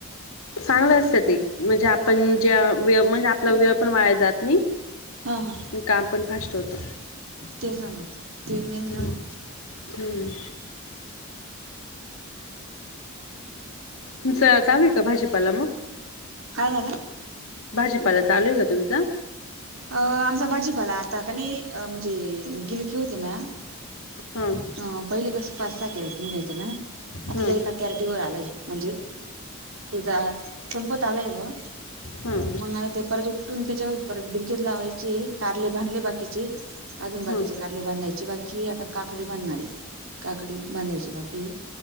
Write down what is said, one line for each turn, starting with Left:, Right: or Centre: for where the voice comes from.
Left: चांगलं असतं ते, म्हणजे आपण ज्या वे म्हणजे आपला वेळ पण वाया जात नाही.
Right: हा हा
Left: मग काम पण फास्ट होतं.
Right: ते ना मग. मेन आहे
Left: हम्म हम्म. तुमचं काम हे का भाजीपाला मग?
Right: काय झालं?
Left: भाजी-पाला चालू हे का तुमचा?
Right: अ आमचा भाजी-पाला आता तर नई अं म्हणजे गिलके होते ना
Left: हां
Right: अ पहिले कसं पाच- सहा कॅरेट निघायचं ना आता
Left: हां
Right: ते एका कॅरटी वर आलय म्हणजे ते संपत आलाय बॉ
Left: हां
Right: मग आता ते परत उठटून त्याच्यावर परत गिलकेच लावायचेये कारले बाधले बाकीचे अजून बाकीचे
Left: हां
Right: कारले बांधायचे बाकी हे आता काकडी बांधणार हे, काकडी बांधायची बाकी हे.